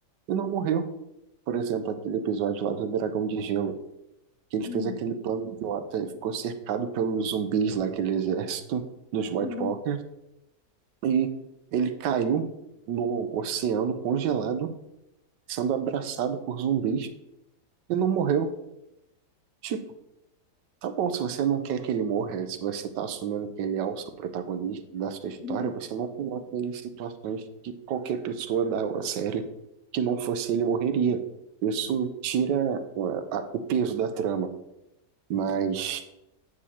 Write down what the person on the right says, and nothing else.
e não morreu. Por exemplo, aquele episódio lá do Dragão de Gelo. que ele
fez aquele plano idiota, ele ficou cercado pelos zumbis lá, aquele exército dos White
Walkers, e ele caiu no oceano congelado, sendo abraçado por zumbis e não morreu. Tipo, tá bom, se você não quer que ele morra, se você tá assumindo que ele é o seu protagonista da sua história,
você não coloca ele em situações que qualquer pessoa da série que não fosse ele morreria. Isso tira ué, a- o peso da trama, mas